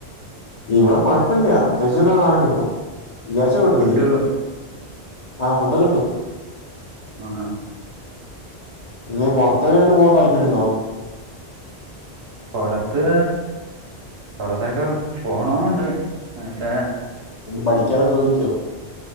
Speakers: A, on the left; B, on the right.
A: ഇവിടെ കൊഴപ്പല്ല്യ. അത്യാവശ്യത്തിന്ള്ള സാധനം കിട്ടും വിചാരിച്ച കിട്ടലുണ്ട്
B: ഫുഡ്
A: ആഹ് ഫുഡ് കിട്ടും
B: ആഹ്
A: ഇനി പുറത്ത് എവിടെങ്കിലും പോവാൻ താല്പര്യം ഉണ്ടോ
B: പുറത്ത് പൊറത്തൊക്കെ പോവണം എന്നുണ്ട് പക്ഷേ
A: എന്ത് പഠിക്കാനോ ജോലിക്കോ